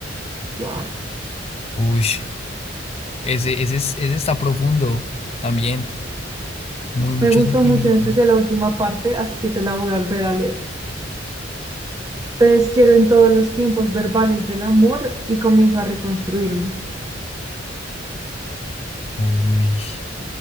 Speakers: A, on the right (about 20°); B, on the left (about 35°).
A: Wow.
B: Uy, ese, ese, es- ese está profundo también. Muy mucho
A: Me gustó
B: sentimiento.
A: mucho, en especial la última parte, así que te la voy a volver a leer. Te desquiero en todos los tiempos verbales del amor y comienzo a reconstruirme.
B: Uy,